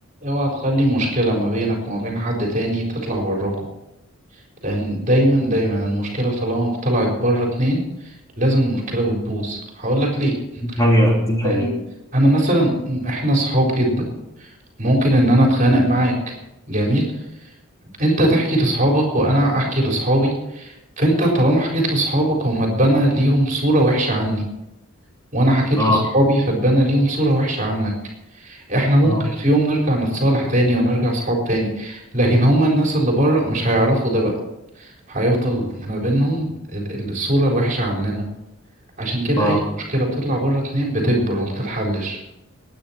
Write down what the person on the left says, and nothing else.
دي حقيقة دي
حقيقة
آه
آه
آه